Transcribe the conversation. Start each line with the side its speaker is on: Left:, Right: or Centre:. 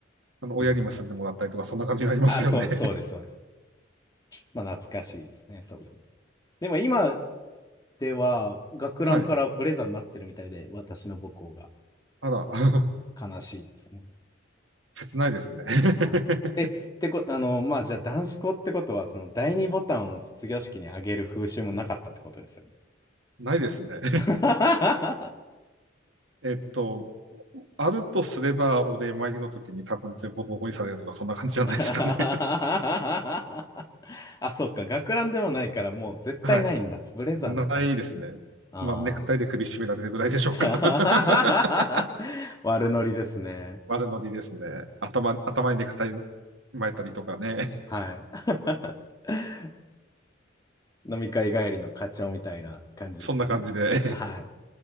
Right: あの、
Left: ていうのが。
Right: 親にも住んでもらったりとか、そんな感じになりますよね。
Left: あ、そう、そうです、そうです。まあ、懐かしいですね。そうです。でも今では学ランからブレザーになってるみたいで、
Right: はい。
Left: 私の母校が
Right: あら、<laughs>
Left: 悲しいですね。
Right: 切ないですね。<laughs>
Left: はい。え、ってこと、あの、まあ、じゃあ男子校ってことは、その第二ボタンを卒業式にあげる風習もなかったってことですよね。
Right: ないですね。
Left: <laughs>
Right: <laughs> えっと、あるとすれば、お礼参りの時に多分全部ボコボコにされるとか、そんな感じじゃないですかね。
Left: あ、そっか。学ランでもないから、もう絶対ないんだ。
Right: <laughs> はい。
Left: ブレザーだから。
Right: ないですね。
Left: あ
Right: まあ、ネクタイで首絞められるぐらいでしょうか。
Left: あ。
Right: <laughs>
Left: <laughs> 悪ノリですね。
Right: 悪ノリですね。頭、頭にネクタイ巻いたりとかね。<laughs>
Left: <laughs> はい。<laughs> 飲み会帰りの課長みたいな感じですよね。
Right: そんな感じで。
Left: は